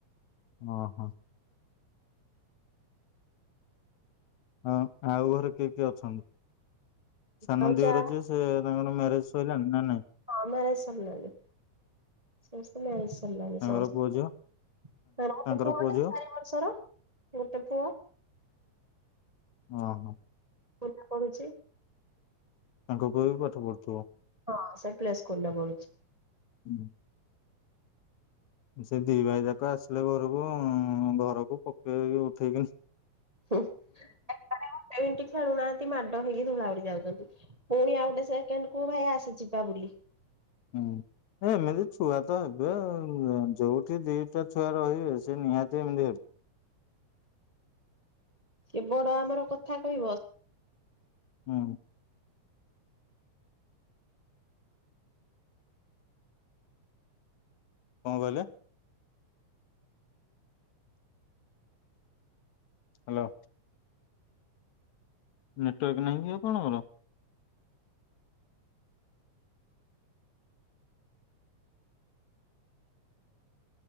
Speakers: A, on the left; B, on the right.
A: ଓ ହୋ। ହଁ ଆଉ ଘରେ କିଏ କିଏ ଅଛନ୍ତି? ସାନ
B: ଆଉ
A: ଦିଅର
B: ଯା
A: ଜେ ସେ ତାଙ୍କର ମ୍ୟାରେଜ ସହିଲାଣି ନା ନାଇଁ।
B: ହଁ ମ୍ୟାରେଜ୍ ସରିଲାଣି। ସମସ୍ତଙ୍କର ମ୍ୟାରେଜ ସରିଲାଣି
A: ତାଙ୍କର
B: ସମସ୍ତଙ୍କର
A: ପୁଅ ଝିଅ?
B: ମୋର ଗୋଟେ
A: ତାଙ୍କର
B: ପୁଅଟେ
A: ପୁଅ ଝିଅ
B: ଚାରି ବର୍ଷର। ବର୍ଷର ଗୋଟେ ପୁଅ।
A: ଓ ହଁ।
B: ଖୋଲା ପଡ଼ୁଛି।
A: ତାଙ୍କ ପୁଅ ବି ପାଠ ପଢୁଥିବ।
B: ହଁ ସେ ପ୍ଲେ ସ୍କୁଲ୍ ରେ ପଢୁଚି।
A: ହୁଁ। ସେ ଦି ଭାଇ ଯାକ ଆସିଲେ ଘରକୁ ଉଁ ଘରକୁ ପକେଇବେ କି ଉଠେଇବେ।
B: ଏକାଠି ଗୋଟେ ମିନଟ୍ ଖେଳୁନାହାନ୍ତି ମାଡ଼ ହେଇକି ଧୂଳା ଉଡ଼ି ଯାଉଛନ୍ତି। ପୁଣି ଆଉ ଗୋଟେ ସେକେଣ୍ଡ କୁ ଭାଇ ଆସେ ଯିବା ବୁଲି।
A: ହୁଁ। ଏ ଏମିତି ଛୁଆ ତ ହେବେ ଆଉ ଯୋଉଠି ଦିଟା ଛୁଆ ରହିବେ ସେ ନିହାତି ଏମିତି ହେବେ।
B: ସେ ବଡ ଆମର କଥା କହିବ।
A: ହୁଁ। କଣ କହିଲେ? ହ୍ୟାଲୋ। ନେଟୱାର୍କ ନାହିଁ କି ଆପଣଙ୍କର।